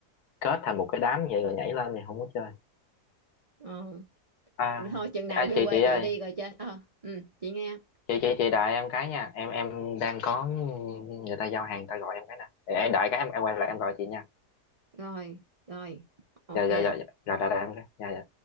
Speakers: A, on the left; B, on the right.
A: kết thành một cái đám vậy rồi nhảy lên thì không có chơi
B: Ờ.
A: à,
B: thôi chừng nào
A: à
B: về
A: chị
B: quê
A: chị
B: chị
A: ơi
B: đi rồi chơi ờ ừ chị nghe
A: chị chị chị đợi em cái nha em em đang có người ta giao hàng người ta gọi em cái nè để em đợi cái em em quay lại em gọi chị nha
B: rồi rồi ok
A: dạ dạ dạ dạ rồi đợi, đợi em cái dạ dạ